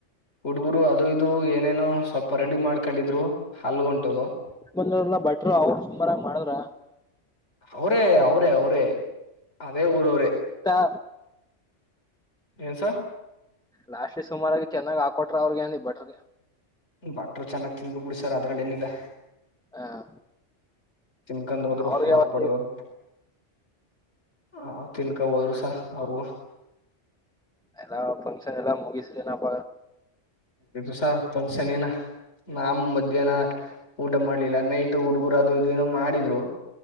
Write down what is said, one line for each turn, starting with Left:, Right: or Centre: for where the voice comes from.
Left: ಹಟ್ಗುರು ಅದು ಇದು ಏನೇನುೋ ಸ್ವಲ್ಪ ರೆಡಿ ಮಾಡ್ಕೊಂಡಿದ್ರು ಹಲ್ಗ ಉಂಟದು
Centre: ಈಗ ಬಂದರಲ್ಲ ಅವ್ರು ಸೂಪರ್ ಮಾಡಿದ್ರ
Left: ಅವರೇ ಅವರೇ ಅವರೇ ಅದೇ ಊರವ್ರೇ
Centre: ಚಾ
Left: ಏನು ಸರ್
Centre: ಲಾಸ್ಟ್ ಸುಮಾರಾಗಿ ಚೆನ್ನಾಗ ಹಾಕೊಟ್ರ ಅವ್ರಿಗಏನ್ಬಟ್ರಗೆ
Left: ಬಟ್ರು ಚೆನ್ನಾಗಿ ತಿಂದು ಮುಗಿಸರೂ ಅದ್ರಲ್ಲಿ ಏನಿಲ್ಲ
Centre: ಹ
Left: ಚಿನ್ಕಂದ ಹೋದ್ರು
Centre: ಅವ್ರಿಗೆ
Left: ಹಾರ್
Centre: ಅವತ್ತ
Left: ಪಡ್ದರು ಹ ತಿನ್ಕಾ ಹೋದರುಸ ಅವ್ರಗ
Centre: ಎಲ್ಲಾ ಫಂಕ್ಷನ್ ಎಲ್ಲಾ ಮುಗಿಸ್ರ ನಪ
Left: ಇದು ಸಾರ್ ಫಂಕ್ಷನ್ ಏನ ನಾಮ ಮಧ್ಯಾಹ್ನ ಊಟ ಮಾಡ್ಲಿಲ್ಲ ನೈಟ್ ಹುಡ್ಗರು ಅದು ಇದು ಏನೋ ಮಾಡಿದ್ರು